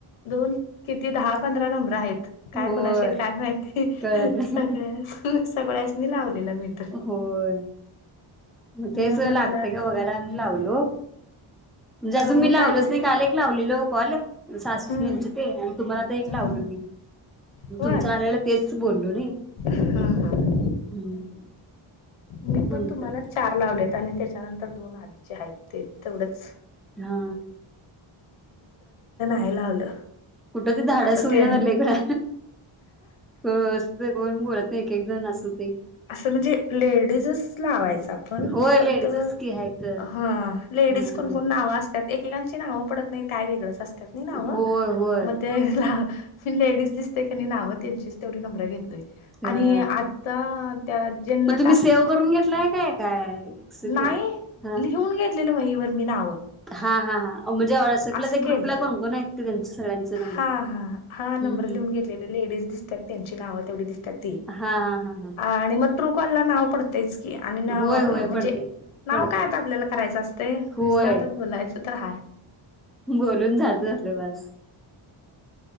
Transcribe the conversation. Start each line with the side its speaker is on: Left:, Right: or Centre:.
Left: दोन- किती दहा पंधरा नंबर आहेत. काय
Centre: होय
Left: कुणाशी काय माहिती
Centre: कळत नाही
Left: सगळ्या सगळ्यास्नी लावलेला मी तर-
Centre: होय
Left: मग
Centre: तेच
Left: म्हंटलात
Centre: लागतय का बघायला अन् लावलो. म्हणजे
Left: तर
Centre: अजुन
Left: मग
Centre: मी लावलोचं
Left: काय
Centre: नाय काल एक लावलेलो. कॉलं सासूस
Left: हम्म
Centre: आमचे ते अन् तुम्हाला आता एक
Left: हम्म
Centre: लावलो मी म
Left: होय
Centre: तुमच आल्यालं तेच बोललो नी
Left: हम्म हम्म
Centre: हम्म
Left: मी
Centre: म्हणुन
Left: पण तुम्हाला
Centre: तर
Left: चार लावलेत आणि त्याच्या नंतर दोन आधीचे हाईत ते तेवढंच
Centre: हा
Left: नाय लावलं.
Centre: कुठं ते धाडस
Left: आता
Centre: होई
Left: ते
Centre: ना तर लेकडा हो असतं गोल मुळतं एक एकजन असु
Left: असं म्हणजे लेडीजच लावायचं आपण
Centre: होय
Left: फक्त
Centre: लेडीजच की आहेत
Left: हं लेडीज
Centre: ह
Left: कोण कोण नावं असतात एकेकांची नावं पडत नही काय वेगळंच अस त्यास्नी नावं
Centre: होय होय
Left: म ते लेडीज दिसते. त्यांनी नावं त्यांचीच तेवढी नंब्र घेतलय.
Centre: अ
Left: आणि आता ज्यांना
Centre: मग तुम्ही सेव करून घेतलाय काय? काय? असं केलं
Left: नाहीं
Centre: हा
Left: लिहुन घेत लेल वही वर मी नावं.
Centre: हा हा हा म्हणजे व्हॉट्सअपला
Left: अस
Centre: ते
Left: केलंत
Centre: ग्रुपला कोण कोण आहेत ते त्यांचे सगळ्यांचे नंबर
Left: हा हा हा नंब्र
Centre: हम्म
Left: लिहून
Centre: हम्म
Left: घेतलेले लेडीज दिसतात त्यांची नाव तेवढी दिसतात ती
Centre: हा हा हा हा
Left: आ आणि मग ट्रू कॉल ला नाव पडतयेच. कि आणि नाव
Centre: होय होय
Left: म्हणजे
Centre: पडते
Left: नाव
Centre: पडते
Left: काय आता आपल्याला करायचं असतय
Centre: होय
Left: नुसतं आता बोलायचं तर हाय.
Centre: बोलुन झालतं आपलं बस